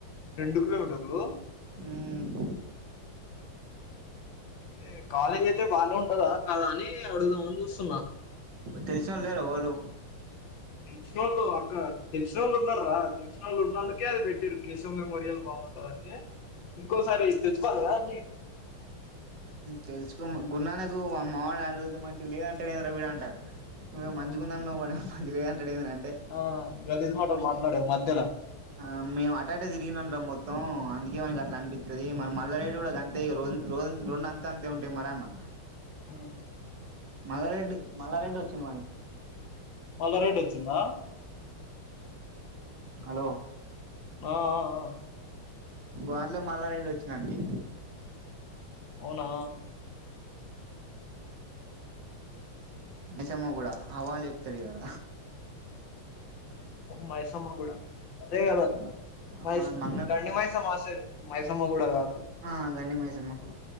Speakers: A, on the left; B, on the right.
A: రెండు కిలోమీటర్ లు
B: ఉమ్మ్
A: అంటే కాలేజీ అయితే బాగానే ఉంటదా కదా అని అడుగుదామని చూస్తున్నా
B: తెల్సి నోళ్ళు లేరా ఎవ్వలు
A: తెలిసినోళ్లు అక్క తెలిసినోళ్లు ఉన్నారు రా తెలిసినోళ్లు ఉన్నందుకే అది పెట్టిరు కేశవ్ మెమోరియల్ బాగుంటుదని ఇంకోసారి తెలుసుకోవాలి కద
B: తెలుసుకో గురున్నకు మావయ్య వాడిని అడిగుతే మంచిగా లేదంటాడు విడు అంటారు నువ్వేమో మంచిగా
A: ఆహా.
B: ఉందన్నావు వాడేమో మంచిగా లేదంటాడు ఏందిరా
A: ఆ గలీజ్ మాటలు
B: మీ
A: మాట్లాడకు మధ్య
B: ఆ మేము అటాటే తిరిగినం రా మొత్తం అందుకే వానికి అట్లా అని అది మన మల్లారెడ్డి కూడా అంతే రోజు రెండు అంతా అంతే ఉంటాయి మరి అన్న
A: ఆ
B: మల్లారెడ్డి మల్లారెడ్డి వచ్చిన్
A: మల్లారెడ్డి వచ్చిందా
B: హలో
A: ఆ ఆ
B: గోట్లో మల్లారెడ్డి వచ్చింది వానికి
A: అవునా
B: మైసమ్మగూడ అవా చెపుతారు ఇడ
A: మైసమ్మ గూడా అదే కద
B: మన
A: మైస్
B: మంగళ
A: గండి మైసమ్మ మైసమ్మ గూడా కాదు
B: ఆ గండి మైసమ్మ